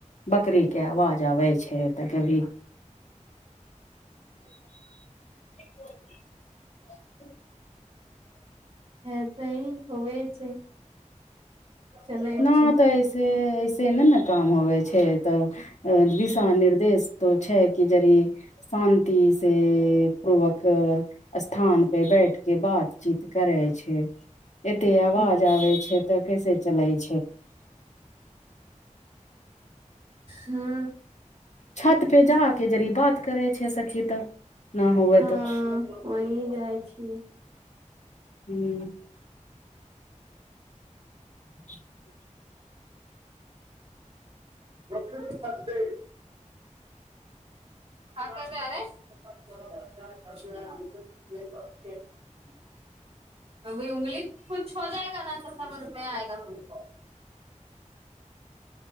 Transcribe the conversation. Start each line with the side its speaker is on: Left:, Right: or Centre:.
Left: बकरीके आवाज आबै छै तऽ कभी <unintelligible>
Right: ऐसे ही होबे छै चलै
Left: ना
Right: छै
Left: त ऐसे ऐस से नहि ने काम होव छै तऽ दिशा निर्देश त छै कि जरी शान्ति से पूर्वक स्थान पे बैठ के बातचीत करे छै एते
Right: ह
Left: आवाज आबे छै तऽ कैसे चले छै
Right: हँ
Left: छत पे जाक जड़ी बात करे छै सखी तब न होवे
Right: हँ
Left: तऽ
Right: वहि जाय छी
Left: हूँ <unintelligible>
Right: <unintelligible> <unintelligible>
Left: <unintelligible>
Right: अभी उंगली कुछ हो जाएगा ने तऽ समझ मे आएगा तुमको